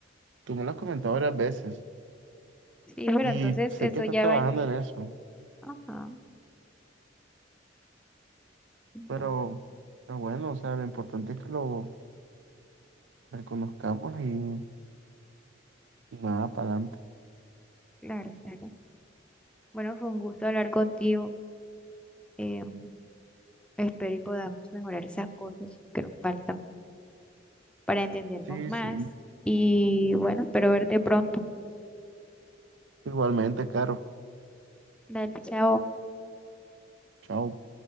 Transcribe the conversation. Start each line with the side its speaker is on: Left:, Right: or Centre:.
Right: tú me lo has comentado varias veces
Centre: Sí, pero
Right: y
Centre: entonces
Right: sé
Centre: eso
Right: que estás
Centre: ya
Right: trabajando
Centre: va en mí.
Right: en eso,
Centre: Ajá, entonces,
Right: pero, pero bueno, o sea, lo importante es que lo reconozcamos y, y nada, para adelante.
Centre: claro, claro. Bueno, fue un gusto hablar contigo. em, espero y podamos mejorar esas cosas que nos faltan. para entendernos
Right: Sí,
Centre: más.
Right: sí.
Centre: Y bueno, espero verte pronto.
Right: Igualmente, Caro.
Centre: Dale, chao.
Right: Chao.